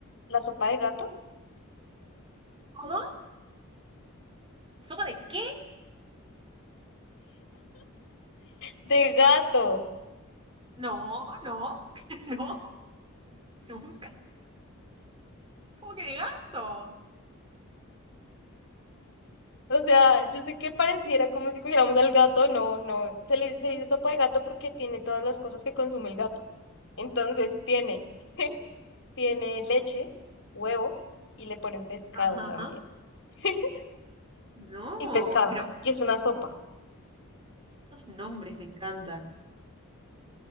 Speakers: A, on the left; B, on the right.
A: la sopa de gato?
B: ¿Cómo? ¿Sopa de qué?
A: De gato.
B: No, no, <laughs> no, nunca. ¿Cómo que de gato?
A: O sea, yo sé que pareciera como si cogiéramos al gato, no, no, se le, se le dice sopa de gato porque tiene todas las cosas que consume el gato. Entonces tiene, tiene leche, huevo y le ponen pescado
B: Ajá,
A: también. <laughs>
B: no,
A: Y pescado,
B: pero
A: y es una sopa.
B: esos nombres me encantan.